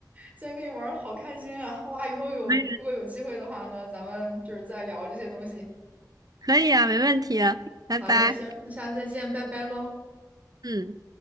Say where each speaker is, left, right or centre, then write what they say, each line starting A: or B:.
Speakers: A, on the right (about 20°); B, on the right (about 60°).
A: 今天跟你玩儿好开心啊！哇，以后有如果有机会的话呢，
B: 没
A: 咱们就是再聊这些东西。
B: 可以啊，没问题啊拜拜。
A: 好嘞，行，那下次再见，拜拜喽。
B: 嗯。